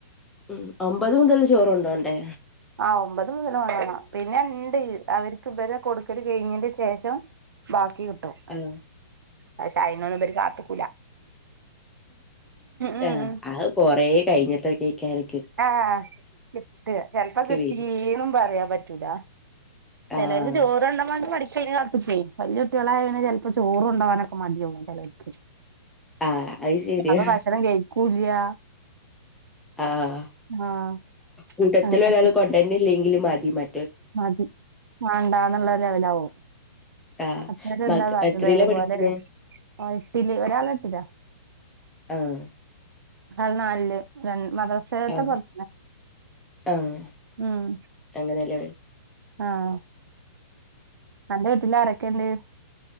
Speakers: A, in the centre; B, on the right.
A: മ്മ് ഒമ്പത് മുതല് ചോറ്ണ്ടോണ്ടേ?
B: ആഹ് ഒമ്പത് മുതല് വാണം പിന്നെണ്ട് അവര്ക്ക് ഇവരെ കൊട്ക്കല് കഴിഞ്ഞന്റെ ശേഷം ബാക്കി കിട്ടും
A: ആഹ്
B: പക്ഷെ അയ്നൊന്നും ഇബര് കാത്ത്ക്കൂല ഉം
A: ആഹ് അത് കൊറേ കഴിഞ്ഞിട്ടൊക്കേക്കാരം കി
B: ആഹ് കിട്ടാ ചെലപ്പോ കിട്ടീന്നും
A: വരും
B: പറയാ പറ്റൂല ചെലൊര്ക്ക്
A: ആഹ്
B: ചൊറ്ണ്ടവാനും മടി <unintelligible> പ്പീ വല്യുട്ട്യാളായ പിന്നെ ചെലപ്പോ ചോറോണ്ടാവാനൊക്കെ മടിയാവും ചെലൊല്ക്കെ
A: ആഹ് അത് ശരിയാ
B: അപ്പൊ ഭക്ഷണം കഴിക്കുല്ല്യാ
A: ആഹ്
B: ആഹ്
A: കൂട്ടത്തിലൊരാള്
B: അങ്ങനൊക്കെ
A: കൊണ്ടര്നില്ലേങ്കി മതി മ
B: മതി വണ്ടാന്ന്ള്ള ലെവലാവും
A: ആഹ്
B: മറ്റോലെന്താ
A: മക്
B: കാട്ട്ണെ
A: എത്രയിലാ
B: അത്പോലെ.
A: പഠിക്ക്ണേ
B: ആഹ് എട്ടില് ഒരാള് എട്ടിലാ
A: ആഹ്
B: ആള് നാൽല് രണ് മദറസേത്തെപോലെ
A: ആഹ്
B: തന്നെ
A: ആഹ്
B: ഉം
A: അങ്ങനെല്ലേ
B: ആഹ് അന്റെ വീട്ടിലാരൊക്കെണ്ട്?